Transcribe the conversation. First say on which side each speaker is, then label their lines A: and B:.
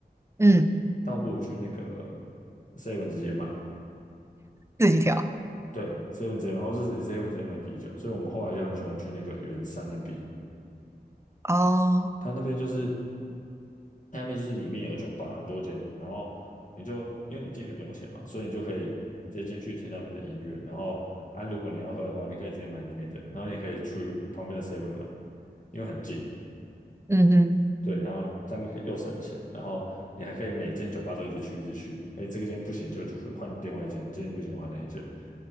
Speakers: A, on the right; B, on the left.
A: 嗯，
B: 倒不如去那个 Seven 直接买，
A: 自己调。
B: 对，Seven 直接买，或是你 Seven 直接买啤酒。所以我们后来就很喜欢去那个圆山那边，
A: 哦，
B: 它那边就是下面就是里面有酒吧很多间，然后你就因为你进去不用钱嘛，所以你就可以直接进去听那边的音乐，然后啊如果你要喝的话，你可以直接买里面的，然后你可以去旁边的 Seven 买，因为很近。
A: 嗯哼，
B: 对，然后这样可以又省钱，然后你还可以每间酒吧都一直去，一直去。哎，这个间不行就换另外一间，这间不行就换那一间，